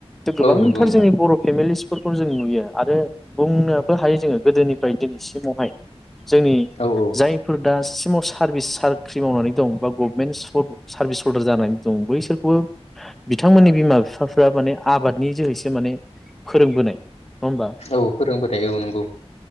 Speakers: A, in the centre; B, on the left.
A: गोबांथार
B: औ नंगौ नोंथां
A: जोंनि बर' फेमिलिस फोरखौ जों नुयो आरो बुंनोबो हायो जोङो गोदोनिफ्राय दिनैसिमावहाय जोंनि
B: औ औ
A: जायफोर दासिमाव सार्भिस साख्रि मावनानै दं बा गभमेन्ट सार्भिस हल्डार जानानै दं बैसोरखौबो बिथांमोननि बिमा बिफाफ्रा माने आबादनि जोहैसो माने फोरोंबोनाय नङा होमबा
B: औ फोरोंबोनाय औ नंगौ